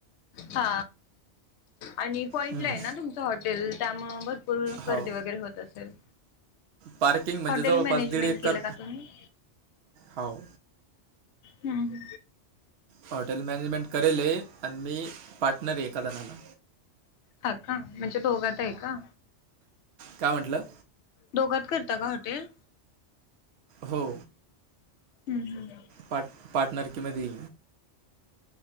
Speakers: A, on the left; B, on the right.
A: हा आणि पॉइंटला
B: हम्म
A: आहे ना तुमचं हॉटेल त्यामुळे भरपूर गर्दी
B: हो
A: वगैरे होत असेल.
B: पार्किंग म्हणजे
A: हॉटेल
B: जवळपास
A: मॅनेजमेंट
B: दीड एकर
A: केलं का तुम्ही?
B: हो
A: हम
B: हॉटेल मॅनेजमेंट करेलेय आहे आणि मी पार्टनर आहे एकादनाला.
A: हा का म्हणजे दोघात आहे का?
B: काय म्हटलं?
A: दोघात करता का हॉटेल?
B: हो.
A: हम्म हम्
B: पाट-पार्टनर कि मधे